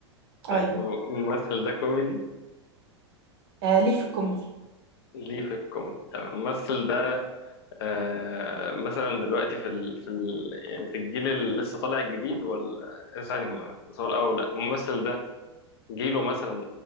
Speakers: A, on the left; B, on the right.
A: طيب
B: ايوه
A: الممثل ده كوميدي
B: آه ليه في الكوميدي
A: ليه في الكوميدي تمام الممثل ده آه مثلا دلوقتي في ال... في ال... يعني في الجيل اللي لسه طالع جديد ولا ثاني ما سؤال اول لا الممثل ده جيله مثلا